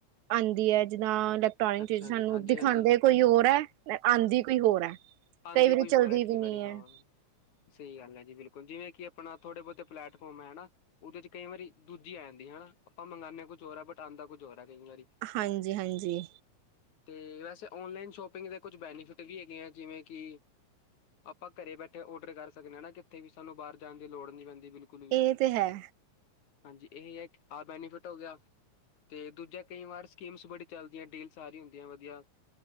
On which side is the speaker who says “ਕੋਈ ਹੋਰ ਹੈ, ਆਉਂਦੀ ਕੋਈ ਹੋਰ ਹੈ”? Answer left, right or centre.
Right